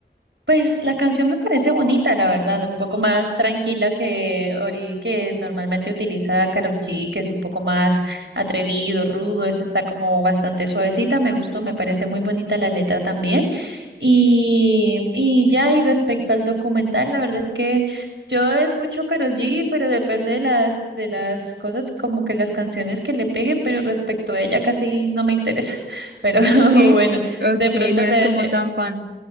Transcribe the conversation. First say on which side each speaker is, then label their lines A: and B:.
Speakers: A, on the right; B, on the right.
A: Pues la canción me parece bonita, la verdad, un poco más tranquila que Ori, que normalmente utiliza Karol G, que es un poco más atrevido, rudo, esa está como bastante suavecita, me gustó, me parece muy bonita la letra también. Y, y ya, y respecto al documental, la verdad es que yo escucho Karol G, pero depende de las, de las cosas, como que las canciones que le peguen, pero respecto a ella casi no me interesa. <laughs> Pero <laughs>
B: Sí.
A: bueno,
B: Ok,
A: de pronto
B: no eres
A: le,
B: como tan fan.